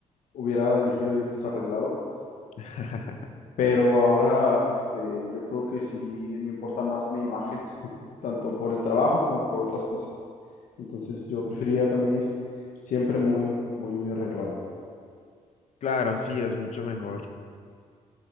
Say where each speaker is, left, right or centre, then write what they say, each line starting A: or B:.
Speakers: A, on the left; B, on the left.
A: hubiera elegido ir desarreglado.
B: <laughs>
A: Pero ahora, este, yo creo que sí me importa más mi imagen, tanto por el trabajo como por otras cosas. Entonces, yo preferiría también ir siempre muy, muy, muy arreglado.
B: Claro, sí, es mucho mejor,